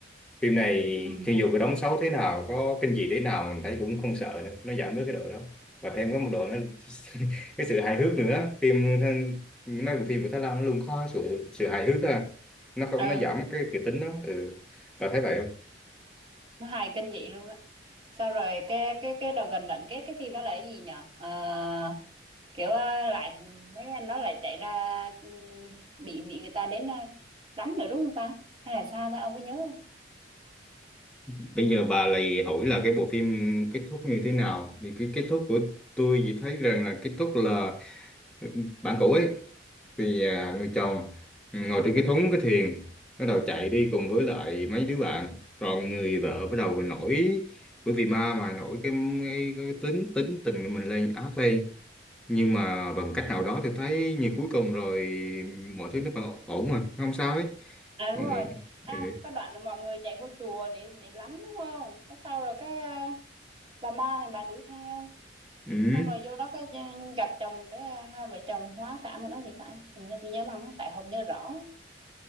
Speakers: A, in the centre; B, on the right.
A: phim này
B: ừ
A: khi dù có đóng xấu thế nào có kinh dị thế nào mình thấy cũng không sợ nữa nó giảm bớt cái độ đó và thêm có một độ nó <laughs> cái sự hài hước nữa phim Thái- mấy bộ phim của Thái Lan nó luôn có sự sự hài hước à nó không
B: ừ
A: nó giảm cái kịch tính đó ừ và thấy vậy không?
B: nó hài kinh dị luôn á sau rồi cái cái cái đầu gần đoạn kết cái phim đó là cái gì nhở Ờ, kiểu à, lại mấy anh nó lại chạy ra ừ, bị bị người ta đến à, đánh nữa đúng không ta hay là sao ta ông có nhớ không
A: bây giờ bà lại hỏi là cái bộ phim kết thúc như thế nào thì cái kết thúc của tôi chỉ thấy rằng là kết thúc là bạn cũ ấy thì à, người chồng ừ, ngồi trên cái thúng cái thuyền bắt đầu chạy đi cùng với lại mấy đứa bạn rồi người vợ bắt đầu nổi bởi vì ma mà nổi cái, cái, cái tính tính tình của mình lên ác lên nhưng mà bằng cách nào đó thì thấy như cuối cùng rồi mọi thứ nó vẫn ổn mà không sao hết
B: À đúng
A: ừ,
B: rồi. À
A: ừ,
B: có đoạn là mọi người chạy vô chùa để để lánh đúng không? Cái sau rồi cái à, bà ma này bà đuổi theo.
A: ừ,
B: Xong rồi vô đó cái gặp chồng cái à, hai vợ chồng hóa cảm ở đó thì phải. Hình như tôi nhớ mà má tại không nhớ rõ.